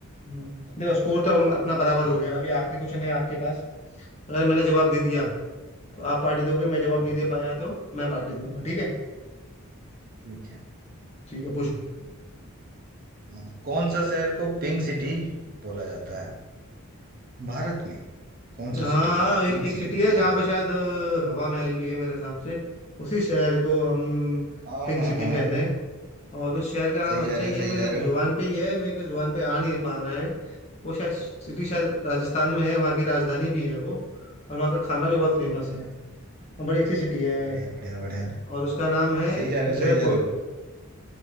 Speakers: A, on the left; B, on the right.
A: हम्म। देखो स्कोर तो उन- अपना बराबर
B: यही
A: हो गया अभी आखिरी क्वेश्चन है आपके पास अगर मैंने जवाब दे दिया तो आप पार्टी दोगे मैं जवाब
B: हाँ
A: नहीं
B: हाँ
A: दे पाया तो मैं पार्टी दूंगा ठीक है
B: ठीक है
A: ठीक है पूछो
B: हाँ, कौन सा शहर को पिंक सिटी बोला जाता है भारत में कौन सा
A: हाँ
B: सिटी को
A: हाँ, एक,
B: पिंक
A: एक सिटी
B: सिटी
A: है
B: बोला
A: जहाँ
B: जाता
A: पे
B: है
A: शायद अ, हवा महल भी है मेरे हिसाब से उसी शहर को हम
B: हाँ
A: पिंक
B: हाँ
A: सिटी
B: हाँ
A: कहते
B: हाँ।
A: हैं और उस शहर का नाम
B: सही
A: अच्छा
B: जा रहे
A: ही
B: हो
A: है
B: सही
A: मेरे
B: जा रहे
A: जुबान
B: हो
A: पे ही है मेरे को जुबान पे आ नहीं पा रहा है वो शायद सिटी शायद राजस्थान में है वहाँ की राजधानी भी है वो और वहाँ का खाना भी बहुत फेमस
B: <laughs>
A: है और बड़ी अच्छी सिटी है
B: बढ़िया बढ़िया बढ़िया
A: और उसका नाम है
B: सही जा रहे
A: जयपुर
B: हो सही जा रहे हो